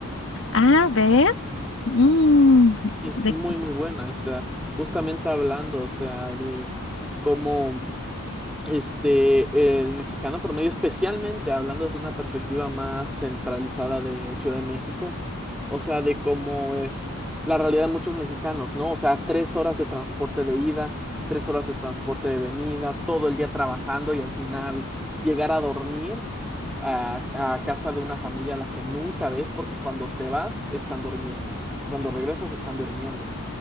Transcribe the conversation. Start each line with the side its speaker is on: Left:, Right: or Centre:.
Left: a ver, mm,
Centre: Y es
Left: de,
Centre: muy, muy buena. O sea, justamente hablando, o sea, de cómo. Este, el mexicano promedio, especialmente hablando desde una perspectiva más centralizada de Ciudad de México, o sea, de cómo es la realidad de muchos mexicanos, ¿no? O sea, tres horas de transporte de ida, tres horas de transporte de venida, todo el día trabajando y al final llegar a dormir a, a casa de una familia a la que nunca ves porque cuando te vas están durmiendo, cuando regresas están durmiendo.